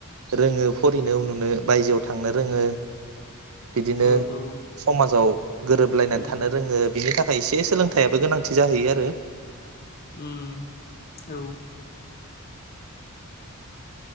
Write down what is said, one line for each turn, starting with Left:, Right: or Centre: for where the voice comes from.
Right: रोङो फरायिनो उनुनो बायजोआव थांनो रोङो । बिदिनो
Left: औ औ
Right: समाजाव गोरोबलायनानै
Left: उम
Right: थानो रोङो बिनि थाख एसे सोलोंथायाइयाबो गोनांथि जाहैयो आरो
Left: उम औ